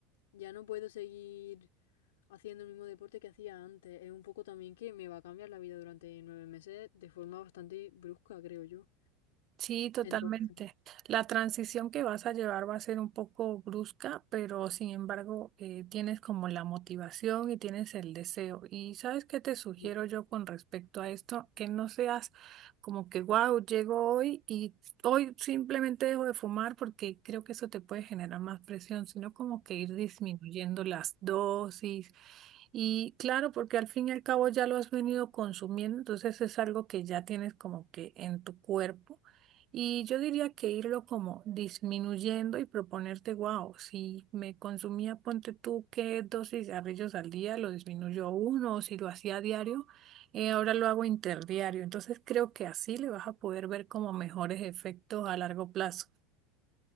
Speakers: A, on the left (about 85°); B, on the right (about 40°).
A: ya no puedo seguir haciendo el mismo deporte que hacía antes, es un poco también que me va a cambiar la vida durante nueve meses de forma bastante brusca, creo yo.
B: Sí, totalmente.
A: Entonces,
B: La transición que vas a llevar va a ser un poco brusca, pero sin embargo eh, tienes como la motivación y tienes el deseo. Y sabes qué te sugiero
A: sí.
B: yo con respecto a esto, que no seas como que, wow, llego hoy y hoy simplemente dejo de fumar porque creo que eso te puede generar más presión, sino como que ir disminuyendo las dosis. Y claro, porque al fin y al cabo ya lo has venido consumiendo, entonces es algo que ya tienes como que en tu cuerpo. Y yo diría que irlo como disminuyendo y proponerte, wow, si me consumía, ponte tú, que dos cigarrillos al día, lo disminuyo a uno, o si lo hacía a diario, eh, ahora lo hago interdiario. Entonces creo que así le vas a poder ver como mejores efectos a largo plazo.